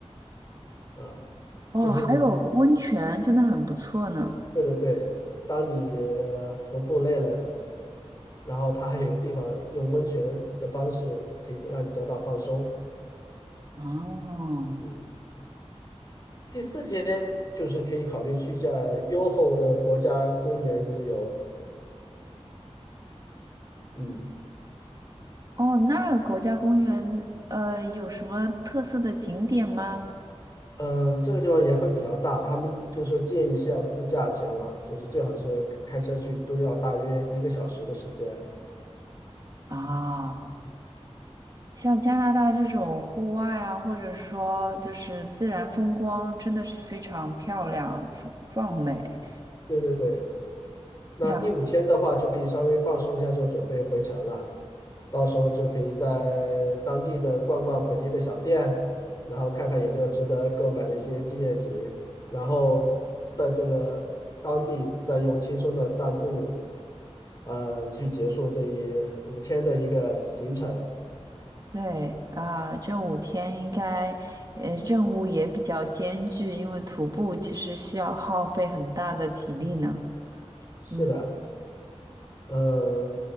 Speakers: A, on the left; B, on the right.
A: 啊，
B: 哦，
A: 就是。
B: 还有温泉，真的很不错呢。
A: 对对对，当你呃徒步累了，然后它还有一个地方用温泉的方式可以让你得到放松。
B: 哦。
A: 嗯，第四天就是可以考虑去一下优厚的国家公园一日游。嗯
B: 哦，那国家公园呃有什么特色的景点吗？
A: 嗯，这个地方也会比较大，他们就是说建议是要自驾前往，就是最好是开车去，都要大约一个小时的时间。
B: 啊、像加拿大这种户外啊，或者说就是自然风光，真的是非常漂亮、壮壮美
A: 对对对。那第五天的话，
B: 呀。
A: 就可以稍微放松一下，就准备回程了。到时候就可以在当地的逛逛本地的小店，然后看看有没有值得购买的一些纪念品，然后在这个当地再用轻松的散步，嗯、去结束这一五天的一个行程。
B: 对啊，这五天应该，呃，任务也比较艰巨，因为徒步其实需要耗费很大的体力呢。
A: 是的。
B: 嗯，
A: 呃，